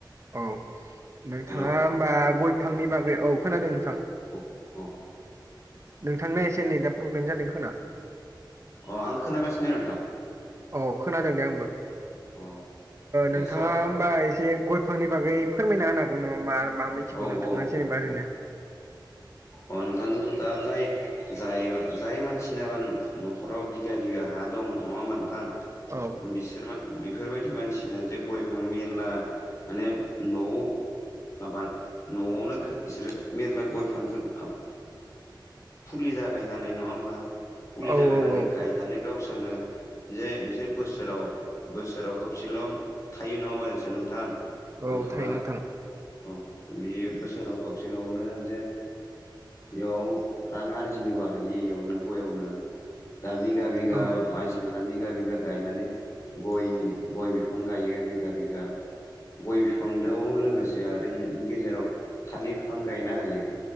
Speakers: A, on the right; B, on the left.
A: औ नोंथाङा
B: हेलौ
A: होमबा गय बिफांनि बागै औ खोनादों नोंथां
B: <unintelligible>
A: नोंथांना एसे नेदा प्रब्लेम जादों खोना
B: अ आं खोनागासिनो नोंथां
A: अ खोनादों दे आंबो
B: औ दा
A: नोंथाङा
B: साव
A: बा एसे गयफांनि बागै फोरमायना होनागौ नामा मा मा मोनथिगौ
B: औ
A: नोंथाङा
B: औ औ
A: जेनेबा ओरैनो
B: औ अ नोंथांजोंथ' दा जाय ज जाय मानसि सिनाबा नखराव बिगा बिघा हा दं नङा होमबा नोंथां
A: औ
B: बिसोरबा बेफोरबायदि मानसिना जे गयफां मेरला माने न'आव माबा न'आवनो बिसोरो मेरला गयफांखौ फुलि जागायनानै नङा होमबा फुलि
A: औ
B: जागायनानै
A: औ औ
B: गाय होननानै गावसोरनो जे नोंसोर बोसोराव बोसोराव खबसेल' थायो नङा होनो नामा नोंसोर नोंथां गय
A: औ
B: बिफाङा
A: थायो नोंथां
B: औ बे बोसोराव खबसेल'आवनो जे बेयाव रां आरजिनोबो हायो इयावनो गयावनो दा बिगा बिगा
A: औ
B: मान मानसिफोरा बिगा बिगा गायनानै गयनि गय बिफां गायो बिगा बिगा गय बिफां द लोगोसे आरो बिनि गेजेराव थालिर बिफां गायना होयो